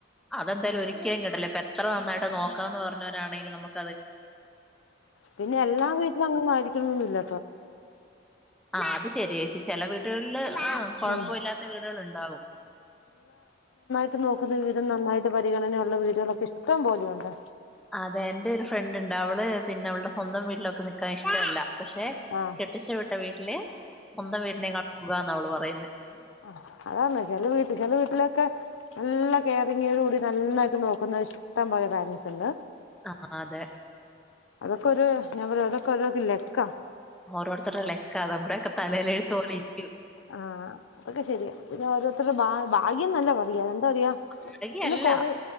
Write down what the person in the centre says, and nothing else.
അതെന്തായാലും ഒരിക്കലും കിട്ടില്ല ഇപ്പ എത്ര നോക്കാന്ന് പറഞ്ഞോരാണെങ്കിലും നമ്മുക്ക
ആ അത്‌ ശെരിയാ ചീ ചെല വീടുകൾ ള്ള് ആ കൊയപ്പല്ല്യാത്ത
വീടുകള് ഇണ്ടാകും
അതെ ഇന്റെ ഒരു ഫ്രണ്ട് ഇണ്ട് അവള് പിന്നെ അവളുടെ സ്വന്തം വീട്ടില് അവൾക്ക് നിക്കാൻ ഇഷ്ട്ടല്ല പക്ഷെ
കെട്ടിച്ച വിട്ട വീട്ടില് സ്വന്തം വീടിനേക്കാളും സുഖാന്ന് ഓൾ പറയണത് പൈസ
ആ അതെ
ഓരോർത്തരർടെ ലക്കാ നമ്മുടെ ഒക്കെ തലെലെഴുത്ത് പോലെ ഇ
അല്ലെങ്കി
അല്ല